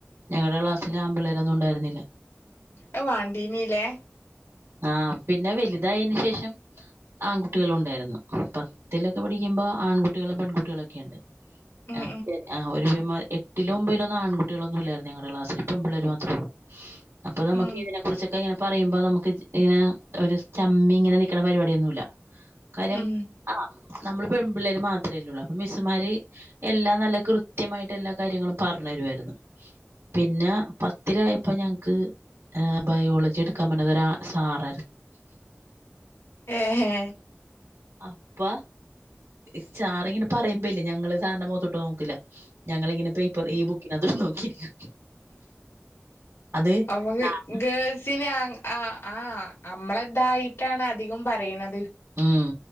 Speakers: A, on the right; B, on the left.
A: ഞങ്ങടെ ക്ലാസ്സില് ആമ്പിള്ളേരൊന്നും ഉണ്ടായിരുന്നില്ല
B: അത് വാണ്ടീനി ലേ
A: ആഹ് പിന്നെ വലുതായേന് ശേഷം ആൺകുട്ടികളും ഉണ്ടായിരുന്നു പത്തിലൊക്കെ പഠിക്കുമ്പോ ആൺകുട്ടികളും പെൺകുട്ടികളൊക്കെ ഉണ്ട്.
B: ഉം
A: ആഹ് ശരി ആഹ് ഒരു എട്ടിലോ ഒമ്പതിലോന്നും ആൺകുട്ടികളൊന്നും ഇല്ലായിരുന്നു ഞങ്ങളെ ക്ലാസ്സിൽ ഇപ്പൊ പെൺ പിള്ളേർ മാത്രള്ളൂ അപ്പൊ നമുക്ക്
B: ഉം
A: ഇതിനെ കുറിച്ചൊക്കെ ഇങ്ങനെ പറയ്മ്പോ നമുക്ക് ഇങ്ങനെ ഒരു ചമ്മി ഇങ്ങനെ നിൽക്കണ പരിപാടിയൊന്നുമല്ല കാര്യം
B: ഉം
A: ആഹ് നമ്മള് പെൺപിള്ളേര് മാത്രമേല്ലള്ളൂ അപ്പൊ മെസ്സുമാര് എല്ലാം നല്ല കൃത്യമായിട്ട് എല്ലാ കാര്യങ്ങളും പറഞ്ഞു തരുമായിരുന്നു പിന്നെ പത്തിലായപ്പോ ഞങ്ങക്ക് ബയോളജി എടുക്കാൻ പറഞ്ഞത് സാറ
B: ഏഹ
A: അപ്പ സാറി ഇങ്ങനെ പറയുമ്പല്ലേ ഞങ്ങള്ൾ സാറിന്റെ മുത്തോട്ട് നോക്കില്ല ഞങ്ങൾങ്ങനെപ്പ ഈ ബുക്കിന അതോട് നോക്കിയിരിക്കും അത്
B: ക്ക്
A: സാറിന്
B: ഗേൾസി നെ ആ ആ് നമ്മളതായിട്ടാണ് അധികം പറയണത്
A: ഉം.